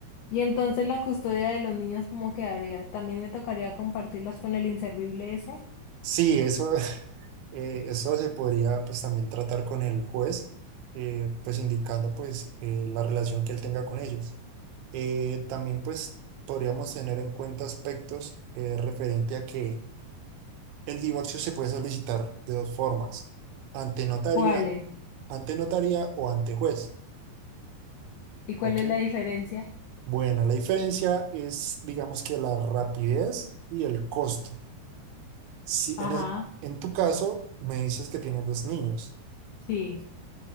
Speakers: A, on the left (about 75°); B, on the right (about 85°).
A: Y entonces la custodia de los niños, ¿cómo quedaría? ¿También me tocaría compartirlas con el inservible ese?
B: Sí, eso, <laughs> eh, eso se podría pues también tratar con el juez, eh, pues indicando pues eh, la relación que él tenga con ellos. Eh, también pues podríamos tener en cuenta aspectos eh, referente a que el divorcio se puede solicitar de dos formas, ante notaría,
A: ¿Cuáles?
B: ante notaría o ante juez.
A: ¿Y cuál
B: Ok.
A: es la diferencia?
B: Bueno, la diferencia es, digamos que la rapidez y el costo. Si
A: Ajá.
B: en, es- en tu caso me dices que tienes dos niños,
A: Sí,